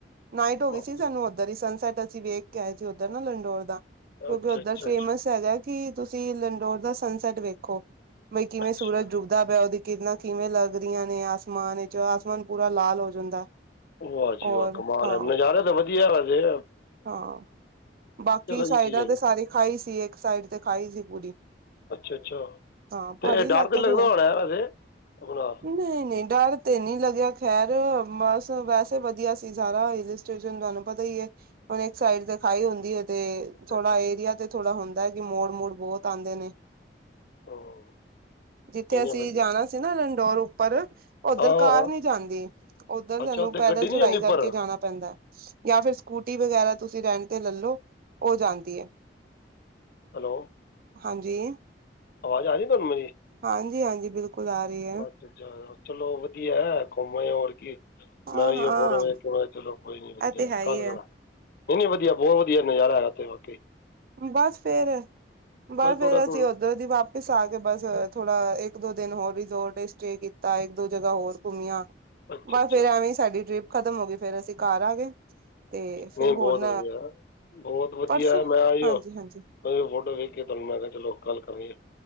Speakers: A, on the right; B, on the left.
A: ਨਾਈਟ ਹੋ ਗਈ
B: ਓਕੇ
A: ਸੀ ਸਾਨੂੰ ਉੱਧਰ ਹੀ ਸਨਸੈਟ ਅਸੀਂ ਵੇਖ ਕੇ ਆਏ ਸੀ ਉੱਧਰ ਨਾ ਲੰਡੋਰ ਦਾ ਕਿਉਂਕਿ
B: ਅੱਛਾ
A: ਉੱਧਰ
B: ਅੱਛਾ
A: ਫੇਮਸ
B: ਅੱਛਾ
A: ਹੈਗਾ ਕਿ ਤੁਸੀਂ ਲੰਡੋਰ ਦਾ ਸਨਸੈਟ ਵੇਖੋ ਬਈ ਕਿਵੇਂ
B: ਅੱਛਾ
A: ਸੂਰਜ ਡੁੱਬਦਾ ਪਿਆ ਉਹਦੀ ਕਿਰਨਾਂ ਕਿਵੇਂ ਲੱਗਰੀਆਂ ਨੇ ਆਸਮਾਨ ਵਿੱਚ, ਆਸਮਾਨ ਪੂਰਾ ਲਾਲ ਹੋ ਜਾਂਦਾ।
B: ਵਾਹ ਜੀ
A: ਔਰ
B: ਵਾਹ ਕਮਾਲ
A: ਹਾਂ
B: ਐ, ਨਜ਼ਾਰੇ ਤਾਂ ਵਧੀਆ ਹੈਗਾ ਜੇ।
A: ਹਾਂ, ਬਾਕੀ ਸਾਈਡਾਂ
B: ਹੀ ਚੀਜ਼ ਹੈਗੀ
A: ਤੇ ਸਾਰੇ ਖਾਈ ਸੀ, ਇੱਕ ਸਾਈਡ ਤੇ ਖਾਈ ਸੀ ਪੂਰੀ।
B: ਅੱਛਾ ਅੱਛਾ
A: ਹਾਂ,
B: ਅਤੇ
A: ਪਹਾੜੀ ਇਲਾਕਾ
B: ਡਰ ਤਾਂ
A: ਜੋ
B: ਲੱਗਦਾ
A: ਹੋਇਆ,
B: ਹੋਣਾ ਵੈਸੇ ਆਪਣਾ
A: ਨਹੀਂ-ਨਹੀਂ। ਡਰ ਤੇ ਨੀ ਲੱਗਿਆ ਖੈਰ ਬਸ ਵੈਸੇ ਵਧੀਆ ਸੀ ਸਾਰਾ ਹਿੱਲ ਸਟੇਸ਼ਨ ਤੁਹਾਨੂੰ ਪਤਾ ਈ ਏ। ਹੁਨ ਇੱਕ ਸਾਈਡ ਤੇ ਖਾਈ ਹੁੰਦੀ ਏ। ਤੇ
B: ਅੱਛਾ
A: ਥੋੜਾ
B: ਅੱਛਾ
A: ਏਰੀਆ ਤੇ ਥੋੜਾ ਹੁੰਦਾ ਐ ਕਿ ਮੋੜ ਮੋੜ ਬਹੁਤ ਆਂਦੇ ਨੇ।
B: ਹਾਂ।
A: ਜਿੱਥੇ
B: ਇੰਨੇ
A: ਅਸੀਂ
B: ਵਧੀਆ
A: ਜਾਣਾ ਸੀ ਨਾ ਰੰਡੋਰ ਉੱਪਰ। ਉੱਧਰ
B: ਹਾਂ ਹਾਂ
A: ਕਾਰ
B: ਹਾਂ
A: ਨਹੀਂ ਜਾਂਦੀ, ਉੱਧਰ ਸਾਨੂੰ
B: ਅੱਛਾ ਉੱਥੇ
A: ਪੈਦਲ
B: ਗੱਡੀ
A: ਚੜਾਈ
B: ਨਹੀਂ ਜਾਂਦੀ ਉੱਪਰ
A: ਕਰਕੇ ਜਾਣਾ ਪੈਂਦਾ, ਜਾਂ ਫਿਰ ਸਕੂਟੀ ਵਗੈਰਾ ਤੁਸੀਂ ਰੈਂਟ ਤੇ ਲੈ ਲੋ ਉਹ ਜਾਂਦੀ ਐ।
B: ਹੈਲੋ।
A: ਹਾਂਜੀ।
B: ਆਵਾਜ਼ ਆ ਰੀ ਏ ਤੁਹਾਨੂੰ ਮੇਰੀ?
A: ਹਾਂਜੀ, ਹਾਂਜੀ, ਬਿਲਕੁਲ, ਆ ਰੀ ਏ।
B: ਅੱਛਾ ਚਲੋ, ਵਦੀਐ ਕੂਮ ਆਏ ਓ, ਹੋਰ ਕੀ ਮੈਂ
A: ਹਾਂ
B: ਓਈਓ
A: ਹਾਂ
B: ਫੋਟੋ ਵੇਖਕੇ, ਮੈਂ ਕਾ ਚਲੋ ਕੋਈ ਨੀ ਵਦੀਆ,
A: ਇਹ ਤੇ ਹੈ
B: ਕੱਲ
A: ਹੀ ਹੈ
B: ਕਰਾ ਨਈ, ਨਈ ਵਦੀਐ, ਬੋਤ ਵਦੀਐ ਨਜ਼ਾਰਾ ਹੈਗੈ ਓਥੇ।
A: ਬਸ ਫੇਰ, ਬਸ
B: ਪਰ
A: ਫੇਰ
B: ਥੋੜ੍ਹਾ ਥੋੜ੍ਹਾ
A: ਅਸੀਂ ਓਧਰ ਦੀ ਵਾਪ ਇਸ ਆ ਕੇ, ਬਸ ਥੋੜਾ ਇੱਕ ਦੋ ਦਿਨ ਹੋਰ ਰਿਜੋਰਟ ਚ ਸਟੇ ਕੀਤ ਤਾਂ ਇੱਕ ਦੋ ਜਗ੍ਹਾ ਹੋਰ ਕੁੰਮਿਆ
B: ਅੱਛਾ
A: ਬਸ
B: ਅੱਛਾ
A: ਫੇਰ ਐਵੇਂ ਹੀ ਸਾਡੀ ਟ੍ਰਿਪ ਖ਼ਤਮ ਹੋ ਗਈ, ਫੇਰ ਅਸੀਂ ਕਾਰ ਆ ਗਏ। ਤੇ ਫੇਰ
B: ਨਹੀਂ
A: ਹੋਣ,
B: ਬਹੁਤ ਵਧੀਆ ਬਹੁਤ ਵਧੀਆ
A: ਪਰਸੌ,
B: ਮੈਂ ਆਇਓ
A: ਹਾਂਜੀ-ਹਾਂਜੀ।
B: ਫੋਟੋ ਵੇਖ ਕੇ ਤੁਹਾਨੂੰ ਮੈਂ ਕਿਹਾ ਚਲੋ ਗੱਲ ਕਰੀਏ